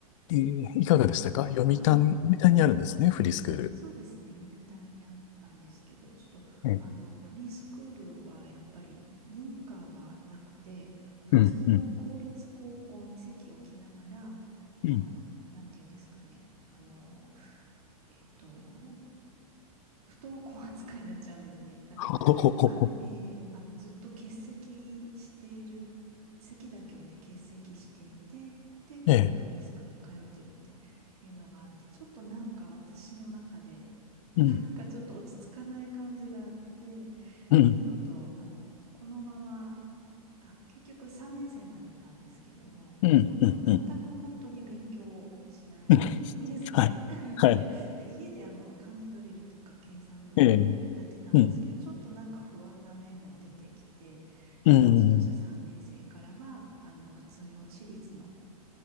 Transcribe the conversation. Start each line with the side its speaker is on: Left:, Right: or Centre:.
Left: ええいかがでしたか読谷、
Right: で、あ、
Left: 読谷にあるんですね、フリースクール。
Right: そそうですね。読谷にあったんですけど、ちょっと、
Left: ええ
Right: あの、フリースクールはやっぱり認可がなくて、あの、普通の公立高校に籍を置きながら、
Left: うん、うん、うん。
Right: あの、
Left: <laughs>
Right: なんていうんですかね。あの、えっと、不登校扱いになっちゃうんですね。だから、
Left: ほほほほ。
Right: あ、ええあの、ずっと欠席している、席だけ置いて欠席していて、で、
Left: ええ、
Right: あの、フリースクールに通ってるっていうのがあって、ちょっとなんか私の中で、なんかちょっと落ち着かない感じがあって、
Left: うん、うん、
Right: っていうのと、あの、このままあ、結局3年生までいたんですけども、
Left: うん、
Right: あの、
Left: うん、うん。
Right: 全く本当に勉強しないんですね。
Left: うん <laughs> はい、
Right: <laughs>
Left: はい、
Right: で、で、家であの、漢字ドリルとか計算ドリルはやってたんですけど、
Left: ええ、うん、
Right: ちょっとなんか不安な面も出てきて、
Left: うん、
Right: で、ちょっとじゃあ3年生からは、
Left: うん、
Right: あの、普通の私立の